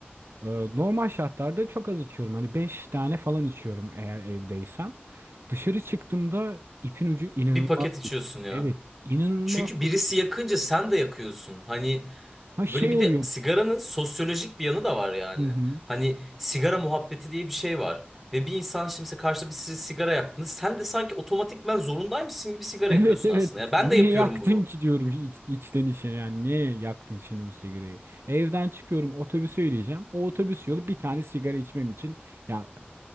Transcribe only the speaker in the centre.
Bir paket içiyorsun
ya.
Çünkü
birisi yakınca sen de yakıyorsun. Hani
böyle bir
de sigaranın sosyolojik bir yanı da var yani.
Hani sigara muhabbeti diye bir şey var. Ve bir insan şimdi mesela karşıda bir size sigara yaktığında sen de sanki otomatikman zorundaymışsın gibi sigara
yakıyorsun
aslında. Ya ben
de yapıyorum
bunu.